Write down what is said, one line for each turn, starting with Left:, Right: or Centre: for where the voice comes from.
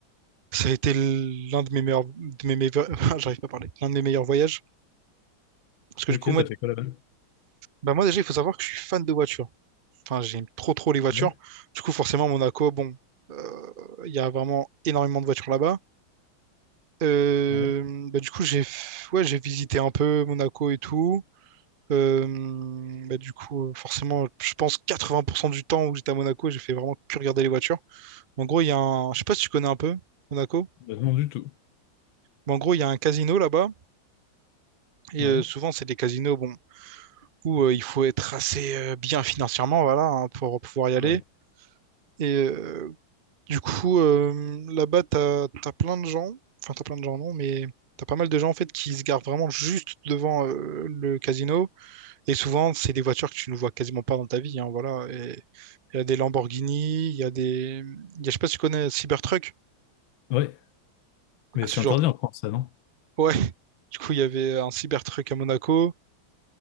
Right: que ça a été l'un de mes meilleurs, de mes meilleurs- <laughs> j'arrive pas à parler, l'un de mes meilleurs voyages. Parce que du
Left: Ok,
Right: coup, moi,
Left: t'as fait quoi là-bas?
Right: bah, moi déjà, il faut savoir que je suis fan de voitures. Enfin, j'aime trop trop les voitures.
Left: Ouais,
Right: Du coup, forcément, Monaco, bon, euh, il y a vraiment énormément de voitures là-bas. Euh,
Left: ouais.
Right: bah, du coup, j'ai f- ouais, j'ai visité un peu Monaco et tout. Euh, bah, du coup, euh, forcément, je pense 80% du temps où j'étais à Monaco, j'ai fait vraiment que regarder les voitures. En gros, il y a un, je sais pas si tu connais un peu Monaco.
Left: Euh, non, du tout.
Right: Mais en gros, il y a un casino là-bas, et
Left: Ouais,
Right: euh, souvent, c'est des casinos bon, où euh, il faut être assez euh, bien financièrement voilà, hein, pour pouvoir y aller.
Left: ouais.
Right: Et euh, du coup, euh, là-bas, t'as, t'as plein de gens, enfin, t'as plein de gens, non, mais t'as pas mal de gens en fait qui se garent vraiment juste devant euh, le casino. Et souvent, c'est des voitures que tu ne vois quasiment pas dans ta vie, hein, voilà. Et il y a des Lamborghini, il y a des. il Y a, je sais pas si tu connais Cybertruck.
Left: Ouais, mais
Right: Bah,
Left: c'est
Right: ce genre
Left: interdit en France, ça, non?
Right: Ouais, <laughs> du coup, il y avait un Cybertruck à Monaco.